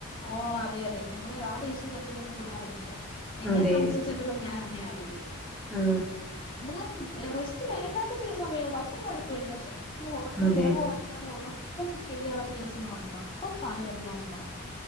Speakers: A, on the left; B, in the centre.
A: ഓ അതെ അതെ നമ്മള് ആ ദേഷ്യം തീർക്കു ന്നത് പിള്ളെരെ അടുക്കലായിരിക്കും എന്നെ
B: അതെ
A: സംബന്ധിച്ചതിലും ഞാൻ അങ്ങനെ ആയിരിക്കും
B: മ്
A: പൊതുവെ റെസ്റ്റ് വേണ്ടാത്ത ചില സമയങ്ങള് അപ്പം കൊഴപ്പില്ല പക്ഷേ ഞമ്മള ഒറക്കം
B: അതെ.
A: ഒഴിയാളാവ <unintelligible> ഉറക്കം ശരിയാവാത്ത ദിവസങ്ങള് ണ്ടോ അപ്പം പകല് എന്താലും ഒറങ്ങും